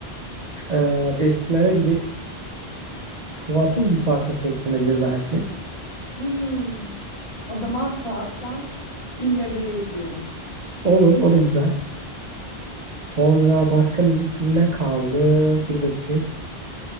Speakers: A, on the right; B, on the left.
A: e, eskilere gidip Fuat'ın bir parçası eklenebilir belki.
B: Hmm. O zaman Fuat'tan illegali ekliyorum.
A: Olur, o da güzel. Sonra başka müzik türüne kaldı. Dur bakayım.